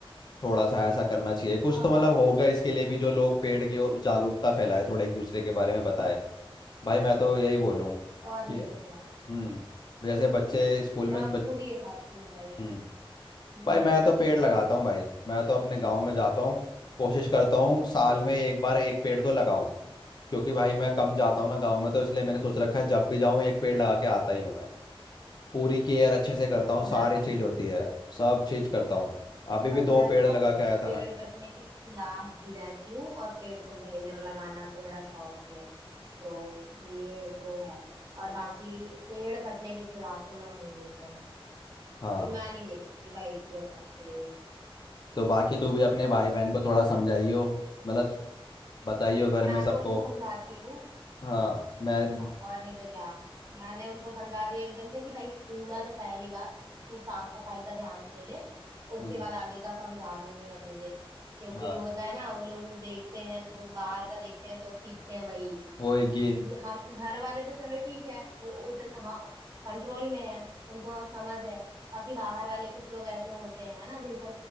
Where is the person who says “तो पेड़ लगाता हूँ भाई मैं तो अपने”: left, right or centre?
Left